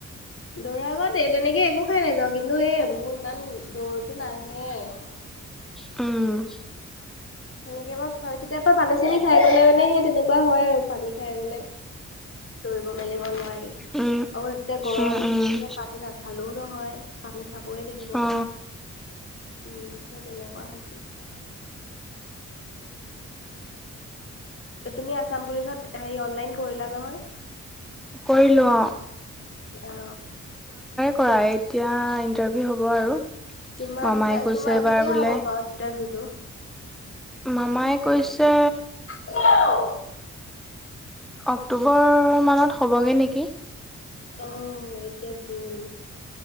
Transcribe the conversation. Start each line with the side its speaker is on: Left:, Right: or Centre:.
Left: দৌৰাৰ আগত তেনেকে একো খাই নাযাওঁ কিন্তু এ মোৰ ইমান দৌৰটোো নাহে। <unintelligible>
Centre: অঁ
Left: সেনেকে ব কেতিয়াবা পানী চানী খাই গলে মানে সেই তেনেকুৱা হয় আৰু পানী খাই গলে। দৌৰিব মেলিব নোৱাৰি
Centre: উম
Left: আৰু এতিয়া গৰম
Centre: উম উম
Left: দিন পানী নাখালেও নহয় পানী খাবই লাগিব। উম
Centre: অ
Left: সেই তেনেুৱা হৈ হৈছে তুমি আচাম পুলিচত হ অনলাইন কৰিলা নহয়?
Centre: কয়িলোৱা
Left: অ
Centre: কৰা এতিয়া ইন্টাৰভিউ হ'ব আৰু।
Left: কিমান
Centre: মামাই
Left: কি
Centre: কৈছে এবাৰ
Left: কেতিয়া
Centre: বোলে
Left: হ'ব বাৰু ইণ্টাৰভিউটো?
Centre: মামাই কৈছে
Left: হেল্ল'
Centre: অক্টোবৰ মানত হ'বগে নেকি।
Left: আহ এতিয়া দোন